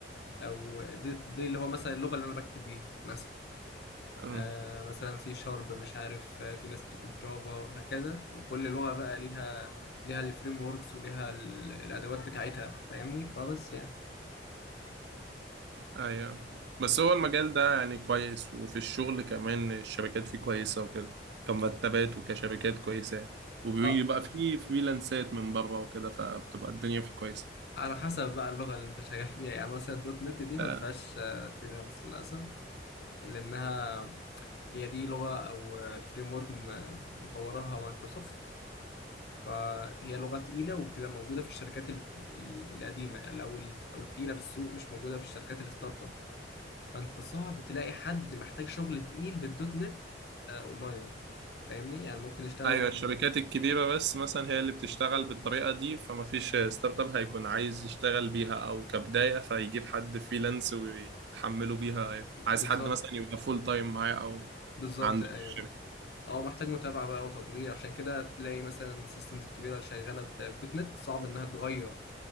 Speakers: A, on the left; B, on the right.
A: او دي, دي اللي هو مثلا اللغه اللي انا بكتب بيها مثلا
B: أمم،
A: آه مثلا سي شارب مش عارف آه، في ناس بتكتب جافا هكذا وكل لغه بقى ليها ليها الفريم وركس وليها ال- الادوات بتاعتها فاهمني فبس يعني
B: ايوه بس هو المجال ده يعني كويس وفي الشغل كمان الشبكات فيه كويسة وكده كمرتبات وكشبكات كويسة وبيبقى
A: اه
B: فيه فريلانسات من بره وكده فبتبقى الدنيا فيه كويسة
A: على حسب بقى اللغه اللي انت شغال فيها يعني مثلا الدوت نت دي ما
B: آه،
A: فيهاش آه فريلانس للاسف لانها هي دي لغة أو فريم ورك مطورها مايكروسوفت فهي لغة تقيلة وبتبقى موجودة في الشركات ال- ال- القديمة أو ال- أو التقيلة في السوق مش موجودة في الشركات الستارت أبس فأنت صعب تلاقي حد محتاج شغل تقيل بالدوت نت آه، أونلاين فاهمني يعني ممكن يشتغلوا
B: ايوه الشركات الكبيره بس مثلا هي اللي بتشتغل بالطريقه دي فما فيش ستارت اب هيكون عايز يشتغل بيها او كبدايه فيجيب حد فريلانس ويحمله بيها أيوة.
A: بالظبط
B: عايز حد مثلا يبقى فول تايم معاه او
A: بالظبط
B: عنده
A: أيوه
B: في الشركه
A: أه محتاج متابعة بقى وتطوير عشان كده تلاقي مثلا السيستمز الكبيرة اللي شغالة ب- بالدوت نت صعب إنها تغير